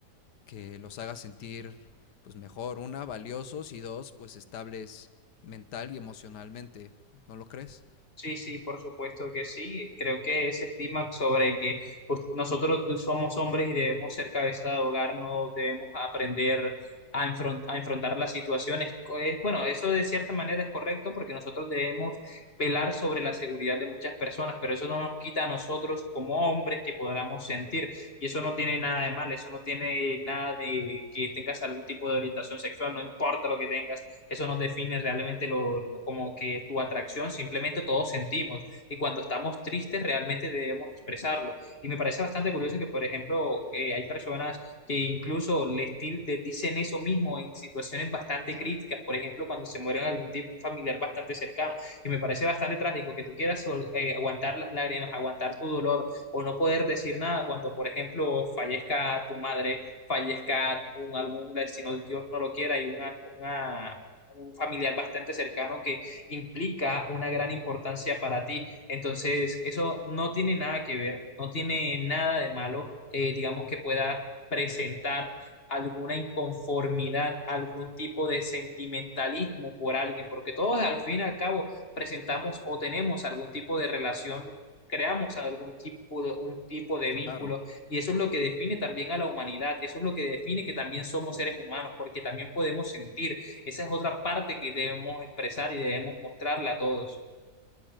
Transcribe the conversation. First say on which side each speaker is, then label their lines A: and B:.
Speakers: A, on the left; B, on the left.
A: que, los haga sentir pues mejor, una, valiosos y dos, pues estables mental y emocionalmente. ¿No lo crees?
B: Sí, sí, por supuesto que sí. Creo que ese estigma sobre el que pues, nosotros somos hombres y debemos ser cabeza de hogar, no debemos aprender a, enfron- a enfrentar las situaciones. Co- es- Bueno, eso de cierta manera es correcto porque nosotros debemos velar sobre la seguridad de muchas personas, pero eso no nos quita a nosotros como hombres que podamos sentir. Y eso no tiene nada de mal, eso no tiene nada de que tengas algún tipo de orientación sexual, no importa lo que tengas eso no define realmente lo, lo- como que tu atracción, simplemente todos sentimos y cuando estamos tristes realmente debemos expresarlo. Y me parece bastante curioso que, por ejemplo, eh, hay personas que incluso les, til- les dicen eso mismo en situaciones bastante críticas, por ejemplo, cuando se muere algún tipo, un familiar bastante cercano. Y me parece bastante trágico que tú quieras sol- eh, aguantar las lágrimas, aguantar tu dolor o no poder decir nada cuando, por ejemplo, fallezca tu madre, fallezca un algún destino, Dios no lo quiera, y una, una un familiar bastante cercano que implica una gran importancia para ti. Entonces, eso no tiene nada que ver, no tiene nada de malo, eh, digamos que pueda presentar alguna inconformidad, algún tipo de sentimentalismo por alguien, porque todos al fin y al cabo presentamos o tenemos algún tipo de relación. creamos algún tipo de, un tipo de
A: Claro.
B: vínculo y eso es lo que define también a la humanidad, eso es lo que define que también somos seres humanos, porque también podemos sentir, esa es otra parte que debemos expresar y debemos mostrarle a todos.